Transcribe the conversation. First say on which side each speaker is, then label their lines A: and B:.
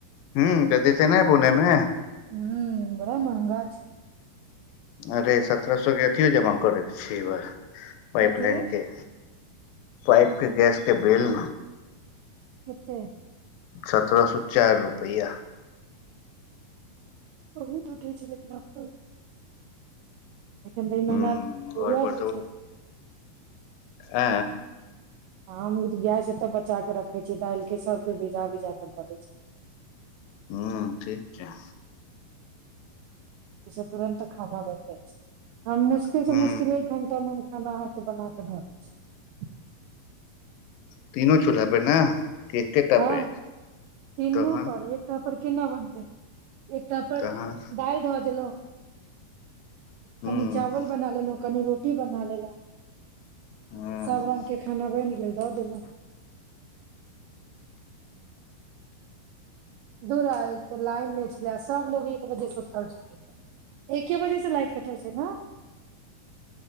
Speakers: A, on the left; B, on the right.
A: ह तऽ दसे ने पुणेमे
B: हूं बड़ा महंगा छै
A: अरे सत्र सए केथि जमा करै छै पाइप
B: कथी
A: लाइन के पाइप के गैस के बिल
B: कतेक
A: सत्ररह सए चारि रुपैआ
B: बहुत उठै छै लेकिन अपो एखन तऽ ई
A: हूं
B: मेहनात
A: घर
B: हो
A: पर
B: छै
A: आ
B: हम गैस एतऽ बचा के रखे छीियै दालि के सबके भिजा भजा के दऽ दै छियै
A: ह ठीक क
B: पस तुरन्त खााना बनि जाइ छै मुश्किल
A: हूं
B: से मुश्किल एक घण्टामे हम अहाँके बनााक धरै छी
A: तनो चोलब ने कि एकेटा
B: हँ
A: पे
B: चीनू
A: तहन
B: पर एकटा पर केना बनतै एकटा पर
A: तहन
B: दालि धोआ देलहुँ
A: हूं
B: कनी चावल
A: हूं
B: बनाल लोक कनि रोटी बना लेलहु
A: हँ
B: सभ रङ्गके खाना बनि गेल दऽ देलहुँ दू आ त लाइन नहि छलै सभलोग एक बजेसँ उठल छल एके बजेसँ लाइट कटल छै ने